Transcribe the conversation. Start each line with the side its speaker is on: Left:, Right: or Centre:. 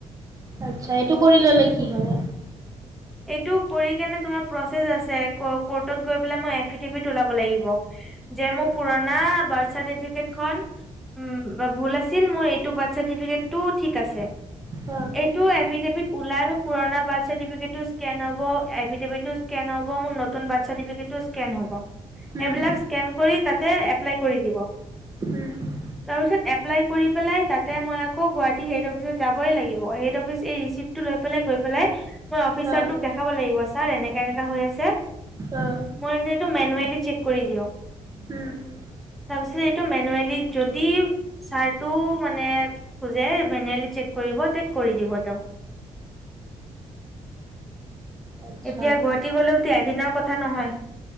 Right: আচ্ছা এইটো কৰি ল'লে কি হ'ব।
Centre: এইটো কৰি কেনে তোমাৰ প্ৰচেছ আছে ক কৰ্টত গৈ পেলাই মই এফিডেফিট ওলাব লাগিব। যে মোৰ পুৰণা বাৰ্থ চাৰ্টিফিকেট খন উমঁ ব ভুল আছে- ছিল মোৰ এইটো বাৰ্থ চাৰ্টিফিকেট টো ঠিক আছে।
Right: অঁ
Centre: এইটো এফিডেফিট ওলাই মই পুৰণা বাৰ্থ চাৰ্টিফিকেটো- স্কেন হ'ব এফিডেফিটো স্কেন হ'ব মোৰ নতুন বাৰ্থ চাৰ্টিফিকেটো স্কেন হ'ব এইবিলাক
Right: উম
Centre: - স্কেন কৰি তাতে এপ্লাই কৰি দিব।
Right: উমঁ!
Centre: তাৰপিছত এপ্লাই কৰি পেলাই তাতে মই আকৌ গুৱাহাটী হেড অফিচত যাবই লাগিব হেড অফিচ এই ৰিচিপ- টো লৈ পেলাই গৈ পেলাই মই অফিচাৰটোক
Right: হা
Centre: দেখুৱাবো লাগিব ছাৰ এনেকুৱা এনেকুৱা হৈ আছে।
Right: অঁ!
Centre: মোৰ এইটো এইটো মেনুৱেলি চেক কৰি দিয়ক।
Right: উমঁ!
Centre: তাৰপিছত এইটো মেনুৱেলি যদি- ছাৰটো মানে খোজে, মেনুৱেলি চেক কৰিব, চেক কৰি দিব তেওঁ।
Right: আচ্ছা
Centre: এতিয়া গুৱাহাটী গ'লেওতো এদিনৰ কথা নহয়।